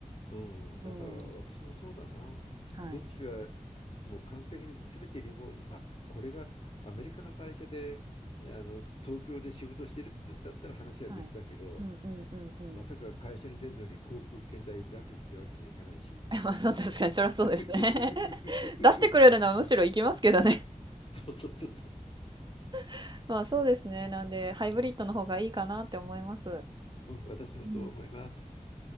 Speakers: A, on the left; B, on the right.
A: うん、
B: うん。
A: だから私もそうだな。
B: はい。
A: どっちがもう完璧に全てリモート、まあ、これがアメリカの会社であの東京で仕事してるってだったら話は別だけど、
B: はい。うんうんうんうん。
A: まさか会社に出るのに航空券代出せってわけにはいかないし。
B: <laughs> まあそう、確かにそれはそうですね。
A: <laughs>
B: <laughs> 出してくれるのはむしろ行きますけどね。
A: そうそうそうそ
B: <laughs> まあ、そうですね。なんで、ハイブリッドの方がいいかなって思います。
A: う。うん、私もそう思います。
B: うん。